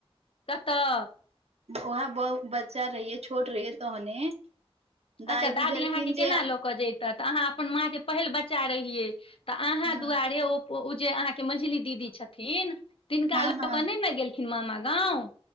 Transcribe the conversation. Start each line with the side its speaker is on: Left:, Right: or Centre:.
Left: कतऽ
Right: ऊहा बउ बच्चा रहीय छोट रहिए तहने दाइ
Left: अच्छा दादी
Right: बुझलखिन
Left: अहाँके केना
Right: जे
Left: लऽ कऽ जतै तऽ अहाँ अपन माँँ पहिल बच्चा चा रहियै तऽ अहाँ
Right: हँ
Left: दुआरे ओ ओ जे अहाँके मझली दीदी छथिन तिनका
Right: हँ
Left: लऽ
Right: हँ
Left: कऽ नई न गेलखिन मामा गाँव